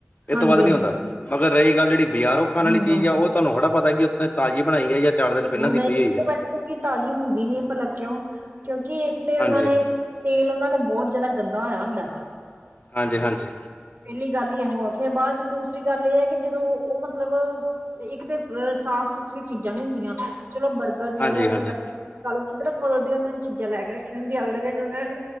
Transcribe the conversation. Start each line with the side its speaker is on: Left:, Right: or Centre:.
Left: ਇਹ
Right: ਹਾਂਜੀ
Left: ਤੋਂ ਵੱਧ ਨੀ
Right: ਹਾਂਜੀ
Left: ਹੁੰਦਾ ਮਗਰ ਰਹੀ ਗੱਲ ਜਿਹੜੀ ਬਜ਼ਾਰ ਖਾਣੀ
Right: ਹੂੰ
Left: ਚੀਜ਼
Right: ਹੂੰ
Left: ਆ ਉਹ ਤੁਹਾਨੂੰ ਹਥੜਾ ਪਤਾ ਕਿਥੇ ਤਾਜ਼ੀ ਬਣਾਈ ਹੈ ਚਾਰ ਦਿਨ ਪਹਿਲਾਂ ਦੀ
Right: ਨਹੀਂ
Left: ਪਈ ਹੋਈ
Right: ਉਹ
Left: ਆ
Right: ਤਾਜ਼ੀ ਹੁੰਦੀ ਨੀ ਭਲਾ ਕਿਉਂ ਕਿਉਂਕਿ ਇੱਕ ਤੇ ਉਹਨਾਂ
Left: ਹਾਂਜੀ
Right: ਨੇ ਤੇਲ ਉਹਨਾਂ ਦਾ ਬਹੁਤ ਜਿਆਦਾ ਗੰਦਾ ਹੋਇਆ ਹੁੰਦਾ
Left: ਹਾਂਜੀ ਹਾਂਜੀ
Right: ਪਹਿਲੀ ਗੱਲ ਹੀ ਇਹੋ ਆ ਫੇਿਰ ਬਾਅਦ ਚ ਦੂਸਰੀ ਗੱਲ ਇਹ ਹੈ ਕਿ ਜਦੋਂ ਉਹ ਮਤਲਬ ਇੱਕ ਤੇ ਅ ਸਾਫ਼ ਸੁਥਰੀਆਂ ਚੀਜ਼ਾਂ ਨੀ ਹੁੰਦੀਆਂ ਚਲੋ ਬਰ ਅਗਰ
Left: ਹਾਂਜੀ
Right: ਨੂਡਲ
Left: ਹਾਂਜੀ
Right: ਵਗੈਰਾ ਕ ਲੋ ਕਿਰ੍ਹਾਂ ਕੋਂ ਦੀ ਉਹਨਾਂ ਨੇ ਚੀਜ਼ਾਂ ਲੈ ਕੇ ਰੱਖ ਹੁੰਦੀ ਅਗਲੇ ਦਿਨ ਉਹਨਾਂ ਨੇ